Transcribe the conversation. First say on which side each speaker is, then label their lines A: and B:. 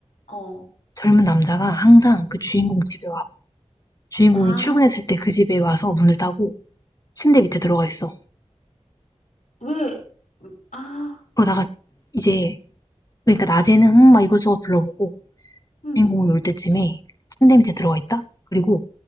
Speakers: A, on the left (about 85°); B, on the left (about 30°).
A: 어,
B: 젊은 남자가 항상 그 주인공 집에 와. 주인공이
A: 아,
B: 출근했을 때 그 집에 와서 문을 따고 침대 밑에 들어가 있어.
A: 왜, 아,
B: 그러다가 이제 그러니까 낮에는 음, 막 이것저것 둘러보고
A: 음,
B: 주인공이 올 때쯤에 침대 밑에 들어가 있다. 그리고